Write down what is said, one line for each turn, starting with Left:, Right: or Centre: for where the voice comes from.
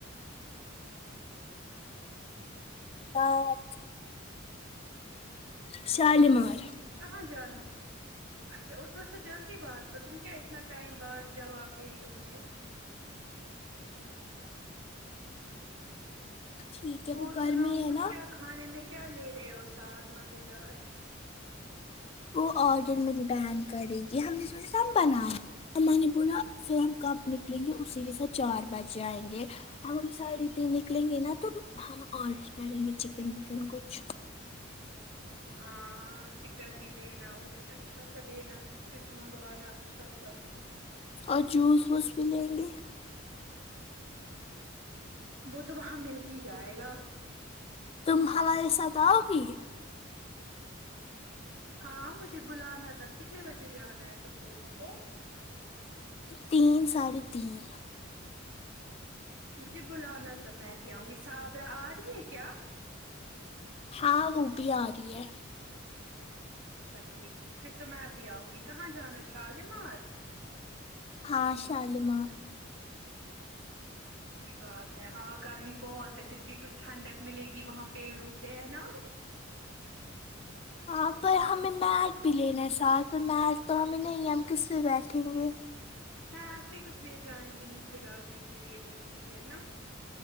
Left: پارک شالیمار
Right: کہاں جانا اچھا اور تھوڑا سا جلدی بات کر تم کیا اتنا ٹائم بعد جواب دے رہی ہو مجھے
Left: ٹھیک ہے وہ
Right: اور
Left: گرمی
Right: سناؤ
Left: ہے
Right: کچھ
Left: نا
Right: کیا کھانے میں کیا لے رہے ہو ساتھ مزیدار
Left: وہ آڈر میری بہن کرے گی ہم نے سوچا تھا ہم بنانے مما نے بولا پھر ہم کب نکلیں گے اسی کے سات چار بجے آئیں گے اب ہم ساڑھے تین نکلیں گے نا تو ہم آڈر کریں گے چکن وکن کچھ
Right: ہاں چکن بھی لینا اور کچھ اچھا سا لینا کچھ کچھ منگوانا اچھا سا
Left: اور جوس ووس بھی لیں گے
Right: وہ تو وہاں مل ج جائے گا
Left: تم ہمارے ساتھ اؤ گی
Right: ہاں مجھے ہاں بلانا تب کتنے بجے جانا ہے تم لوگوں کو
Left: تین ساڑھے تین
Right: مجھے بلانا تب میں بھی آؤں گی صابرہ آ رہی ہیں کیا
Left: ہاں وہ بھی آ رہی ہے
Right: اچھا ٹھیک ٹھیک پھر تو میں بھی آؤں گی کہاں جانا ہے شالیمار
Left: ہاں شالیمار
Right: اچھی بات ہے ہاں گرمی بہت ہے پھر بھی کچھ ٹھنڈک ملے گی وہاں پیڑوں سے ہے نا
Left: ہاں پر ہمیں میٹ بھی لینا ہے ساتھ میٹ تو ہمیں نہیں ہے ہم کس سے بیٹھیں گے
Right: میٹ نہیں کچھ لے جائیں گے نیچے ڈالنے کے لیے دیکھیں گے ہے نا